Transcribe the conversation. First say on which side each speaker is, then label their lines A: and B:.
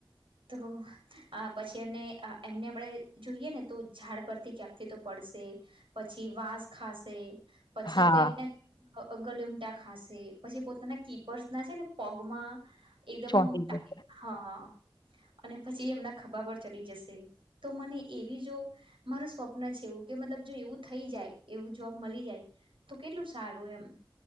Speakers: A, on the right; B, on the left.
A: તો પછી એમ એમને આપણે જોઈએ ને તો ઝાડ પરથી ક્યાંકથી તો પડ પડ પછી વાસ ખાશે પછી
B: હા,
A: કક કક ગલુમટા ખાસે પછી પોતાના કીપર્સ ના છે ને પગમાં એકદમ
B: ચોંટી
A: આમ ટાઈટ
B: જશે.
A: હા અને પછી એમના ખભા પર ચડી જશે તો મને એવી જો મારું સ્વપ્ન છે એવું કે મતલબ જો એવું થઈ જાય એવું જોબ મળી જાય તો કેટલું સારું એમ